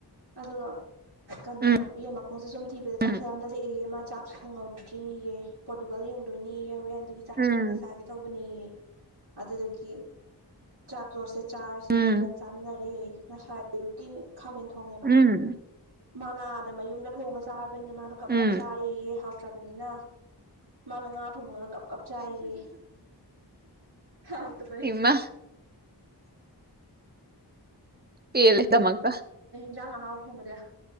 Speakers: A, on the right; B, on the right.
A: ꯑꯗꯨꯒ ꯀꯅꯣ
B: ꯎꯝ
A: ꯌꯦꯟ ꯃꯈꯣꯡꯖꯨ ꯖꯨꯝ ꯊꯤꯕꯗ
B: ꯎꯝ
A: ꯆꯥꯛꯁꯦ ꯂꯥꯝꯗꯔꯛꯑꯦꯌꯦ ꯃꯥ ꯆꯥꯛꯁꯨ ꯊꯣꯡꯍꯧꯗ꯭ꯔꯤꯌꯦ ꯄꯣꯔꯇꯨꯒꯜ ꯌꯦꯡꯗꯣꯏꯅꯦꯌꯦ ꯍꯧꯔꯦꯟ ꯑꯗꯨꯒꯤ ꯆꯥꯛꯇꯣ
B: ꯎꯝ
A: ꯊꯦꯡꯅ ꯆꯥꯒꯦ ꯇꯧꯕꯅꯦꯌꯦ ꯑꯗꯨꯗꯨꯒꯤ ꯆꯥꯛꯇꯣ <unintelligible> ꯆꯥꯔꯁꯦꯅ
B: ꯎꯝ
A: ꯏꯕꯥꯟꯅꯤ ꯆꯥꯃꯤꯟꯅꯔꯦ ꯉꯁꯥꯏ ꯑꯌꯨꯛꯀꯤ ꯈꯥꯃꯦꯟ ꯊꯣꯡꯉꯦꯕ
B: ꯎꯝ
A: ꯃꯅꯥꯗ ꯃꯌꯨꯝꯗ ꯊꯣꯡꯉꯁꯤ ꯕꯅꯤꯅ ꯃꯥꯗꯣ ꯀꯞ
B: ꯎꯝ
A: ꯀꯞ ꯆꯥꯔꯦꯌꯦ ꯍꯥꯎꯇ꯭ꯔꯕꯅꯤꯅ ꯃꯥꯅ ꯉꯥ ꯊꯣꯡꯉꯒ ꯀꯞ ꯀꯞ ꯆꯥꯏꯌꯦ ꯍꯥꯎ ꯇꯕꯩ
B: ꯍꯩꯃꯥ ꯄꯦꯜꯂꯦ ꯗꯃꯛꯇ
A: ꯏꯟꯖꯥꯡ ꯑꯍꯥꯎ ꯊꯣꯡꯕꯗꯤ